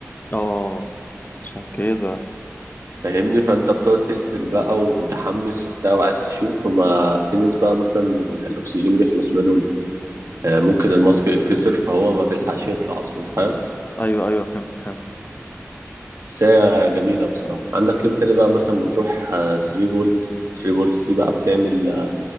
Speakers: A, on the left; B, on the right.
A: اه عشان كده
B: فاهمني فانت بتقعد تنزل بقى ومتحمس وبتاع وعايز تشوف فما في ناس بقى مثلا ال- الاكسجين بيخلص منهم
A: أمم.
B: آه، ممكن الماسك يتكسر فهو ما بيلحقش يطلع اصلا فاهم
A: ايوه ايوه فهمت فهمت
B: بس هي جميله بصراحه عندك يوم تاني بقى مثلا بتروح 3 بولز 3 بولز دي بقى بتعمل